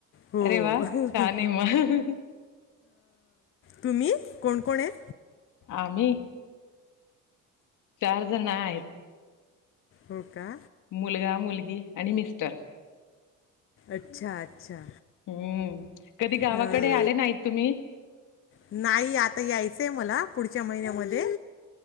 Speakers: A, on the left; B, on the left.
A: हो
B: अरे वा छान आहे मग
A: तुम्ही कोण कोण आहेत
B: आम्ही चार जण आहेत
A: हो का
B: मुलगा मुलगी आणि मिस्टर.
A: अच्छा अच्छा.
B: हम्म कधी गावाकडे
A: हा
B: आले नाहीत तुम्ही?
A: नाही आता यायचंय मला पुढच्या महिन्यामध्ये